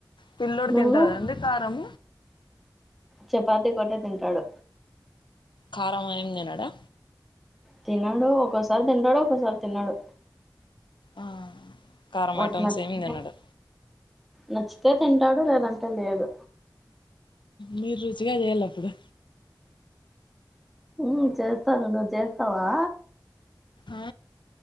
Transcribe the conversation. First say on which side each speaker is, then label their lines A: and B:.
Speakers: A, on the left; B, in the centre.
A: పిల్లోడు
B: నువ్వు
A: తింటాడా అండి కారం.
B: చపాతి ఒకొటె తింటాడు.
A: కారము ఏం తినడా.
B: తినడు, ఒక్కోసారి తింటాడు, ఒక్కోసారి తినడు.
A: అ కారం
B: వాడికి
A: ఐటమ్స్
B: నచ్చితే
A: మ్ తనడు.
B: నచ్చితే తింటాడు, లేదంటే లేదు.
A: మీరు రుచిగా చేయాలి అపుడు.
B: మ్ చేస్తాను, నువ్ చేస్తావా.
A: ఆ